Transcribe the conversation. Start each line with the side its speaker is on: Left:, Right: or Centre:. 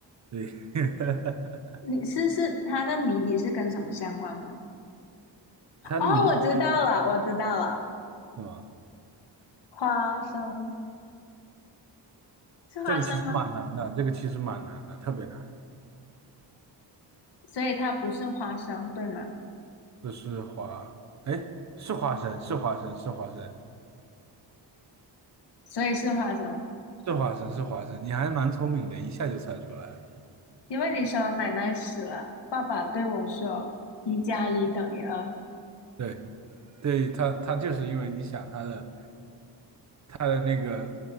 Right: 对，<laughs>
Left: 你是是他那谜底是跟什么相关吗？
Right: 他的谜底
Left: 哦，我知道了，我知道了，
Right: 是吗？
Left: 花生是花生吗？
Right: 这个其实蛮难的，这个其实蛮难的，特别难。
Left: 所以它不是花生，对吗？
Right: 这是花，哎，是花生，是花生，是花生。
Left: 所以是花生，
Right: 是花生，是花生，你还蛮聪明的，一下就猜出来了。
Left: 因为你说奶奶死了，爸爸对我说一加一等于二。
Right: 对，对，他他就是因为你想他的他的那个